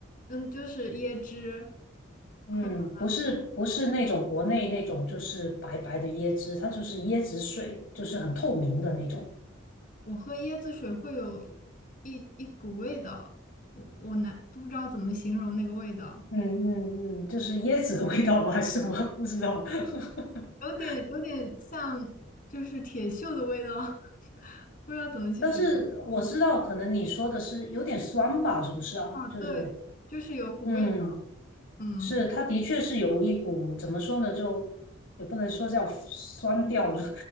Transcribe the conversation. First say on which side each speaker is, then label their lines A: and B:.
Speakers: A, on the left (about 45°); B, on the left (about 70°).
A: 嗯，就是椰汁
B: 嗯，
A: ，Coco。
B: 不是不是那种国内那种就是白白的椰汁，它就是椰子水，就是很透明的那种。
A: 我喝椰子水会有一一股味道，我我难不知道怎么形容那个味道，
B: 嗯嗯嗯，就是椰子的味道吗？还是什么？不知道。<laughs>
A: 有点有点像就是铁锈的味道，<laughs> 不知道怎么去形容。
B: 但是我知道，
A: 嗯，
B: 可能你说的是有点酸吧？是不是啊？
A: 啊，对，
B: 就是，
A: 就是有股味道，
B: 嗯。
A: 嗯，
B: 是，它的确是有一股怎么说呢，就也不能说叫酸掉了，